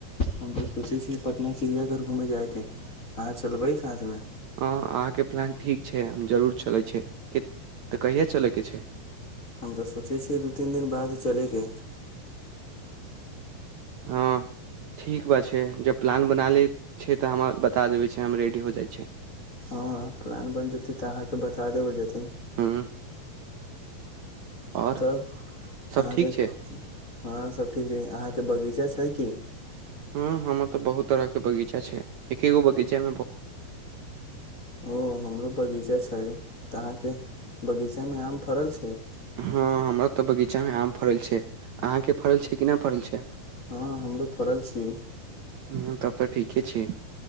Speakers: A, on the left; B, on the right.
A: हम बस खुशी छी पटना चिड़िया घर घूमे जायके हह चलबै साथ मे
B: हँ अहाँके प्लान ठीक छै हम जरूर चलै छै तऽ कहियए चलैके छै
A: हम तऽ सोचै छियै दू तीन दिन बाद चलयके
B: हँ ठीक बा छैय जब प्लान बन नहा लै छैय तऽ हमरा बता देबै छैय, हम रेडी हो जाइ छैय।
A: <unintelligible> त देबल जेतै
B: हँ
A: <unintelligible>
B: आओर सब ठीक छै
A: <unintelligible>
B: हूं हमर तऽ बहुत तरहके बगीचा छैय। एकेगो बगीचेमें बहुत
A: <unintelligible>
B: हँ हमरा तऽ बगीचामे आम फड़ल छैय, अहाँके फड़ल छैय कि नहि फड़ल छैय?
A: <unintelligible>
B: ह तब तऽ ठीके छैय।